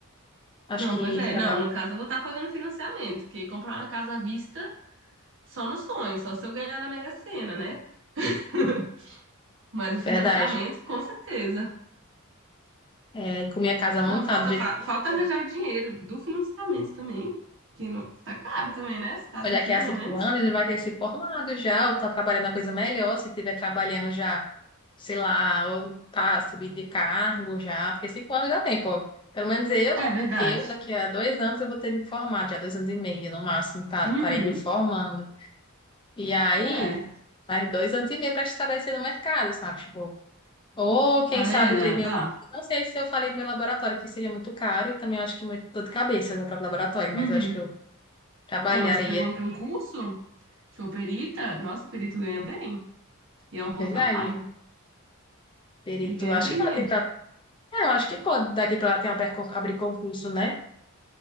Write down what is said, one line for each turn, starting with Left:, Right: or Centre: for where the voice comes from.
Left: Acho
Right: Não,
Left: que
Right: pois é.
Left: era
Right: Não, no caso eu vou estar pagando financiamento, porque comprar uma casa à vista só no sonho, só se eu ganhar na Mega Sena, né? <laughs> Mas o financiamento,
Left: verdade.
Right: com certeza.
Left: É, com minha casa montada
Right: Não, falta,
Left: do jeito
Right: fa-
Left: que
Right: falta
Left: eu queria.
Right: arranjar o dinheiro do financiamento também, que não, tá caro também, né? Essa casa
Left: Mas daqui
Right: aqui,
Left: a
Right: pelo
Left: cinco
Right: menos.
Left: anos ele vai ter se formado já, ou tá trabalhando a coisa melhor, se tiver trabalhando já. sei lá, ou tá subido de cargo já, porque cinco anos dá tempo, ó. Pelo menos eu,
Right: É verdade.
Left: eu daqui a dois anos eu vou ter me formado, já dois anos e meio no máximo, tá,
Right: Uhum,
Left: estarei me formando. E aí,
Right: é.
Left: mais dois anos e meio para estabelecer no mercado, sabe? Tipo, ou quem
Right: Ah,
Left: sabe
Right: é, dá,
Left: ter meu.
Right: dá.
Left: eu Não sei se eu falei meu laboratório, que seria muito caro, e também acho que muito dor de cabeça meu próprio laboratório,
Right: Uhum.
Left: mas eu acho que eu trabalharia,
Right: É, mas pegou um concurso, tipo, perita, nossa, perito ganha bem, e é um bom
Left: verdade?
Right: trabalho,
Left: Perito,
Right: e ganha
Left: acho
Right: bem
Left: que dá
Right: mesmo.
Left: tempo pra... É, eu acho que pode, daqui para lá tem aberto- abrir concurso, né?